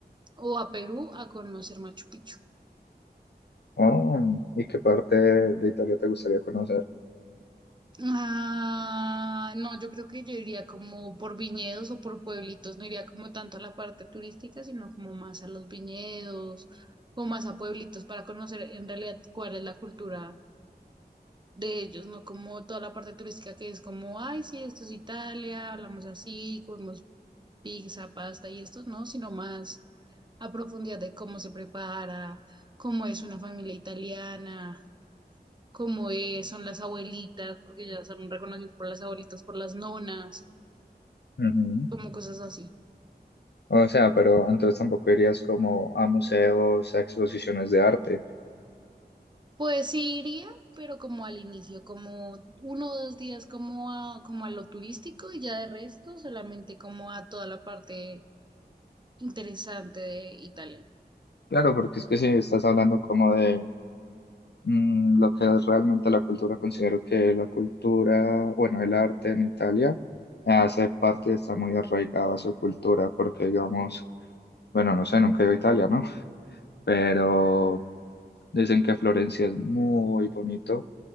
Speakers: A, on the right; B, on the left.
A: o a Perú a conocer Machu Picchu.
B: Oh, ¿y qué parte de Italia te gustaría conocer?
A: Ah, no, yo creo que yo iría como por viñedos o por pueblitos, no iría como tanto a la parte turística, sino como más a los viñedos o más a pueblitos para conocer en realidad cuál es la cultura de ellos, no como toda la parte turística que es como, ay, sí, esto es Italia, hablamos así, comemos pizza, pasta y esto, no, sino más a profundidad de cómo se prepara, cómo es una familia italiana, cómo es, son las abuelitas, porque ya son reconocidos por las abuelitas, por las nonas,
B: Ujú.
A: como cosas así.
B: O sea, pero entonces tampoco irías como a museos, a exposiciones de arte.
A: Pues sí iría, pero como al inicio, como uno o dos días como a, como a lo turístico y ya de resto solamente como a toda la parte interesante de Italia.
B: Claro, porque es que si estás hablando como de mm, lo que es realmente la cultura. Considero que la cultura, bueno, el arte en Italia hace parte y está muy arraigado a su cultura, porque digamos, bueno, no sé, nunca he ido a Italia, ¿no? <laughs> Pero dicen que Florencia es muy bonito